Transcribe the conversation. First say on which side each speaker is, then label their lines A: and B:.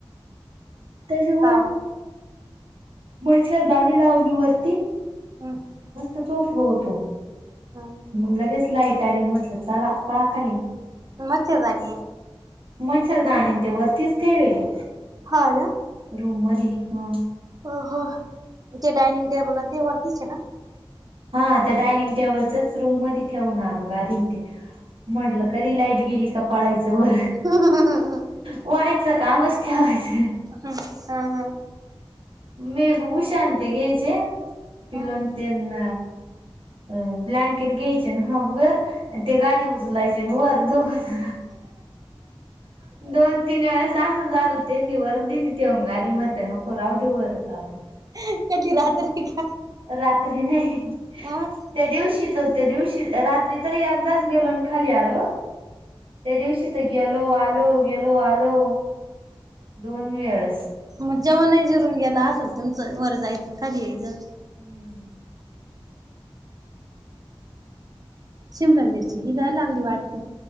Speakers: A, on the right (about 65°); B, on the right (about 40°).
A: त्याच्यामुळ
B: सावा
A: मच्छरदाणी लावली वरती.
B: <unintelligible>
A: मस्त झोपलो होतो.
B: हां.
A: मग लगेच लाईट आली. म्हटलं, चला पळाखाली.
B: मच्छरदाणी.
A: मच्छरदाणी ते वरतीच ठेवेली.
B: हा, का.
A: रूममदे हा.
B: हा हा, जे डायनिंग टेबलय ते वरतीच आहे का.
A: हा, त्या डायनिंग टेबलच्याच रूम मध्ये ठेवून आलो. गादी ते म्हटलं, कधी लाईट गेली का पळायचं वर.
B: <unintelligible>
A: व्हायचं, कामच ठेवायचं.
B: हम्म
A: मी उषांती घायचे, पीलू
B: हम्म
A: न तेन अ ब्लँकेट घ्यायचे हाफ वर, आण ते गादी उचलायचे वर दोघ जण. दोन तीन वेळेस असं झालं, त्यांनी वर दिली ठेऊन गादी, म्हणते नको राहू दे वरच आता.
B: त्यांनी रात्री का
A: रात्री नाही,
B: अ
A: त्या दिवशी तर ते दिवशी रात्री तरी एकदाच गेलो आणि खाली आलो. त्या दिवशी तर गेलो आलो गेलो आलो. दोन वेळेस
B: मग जेवण हि जिरून गेला असेल तुमचं, वर जायचं खाली यायचं.
A: <inaudible>
B: शिमला मिरची निघाय लागली वाटतं.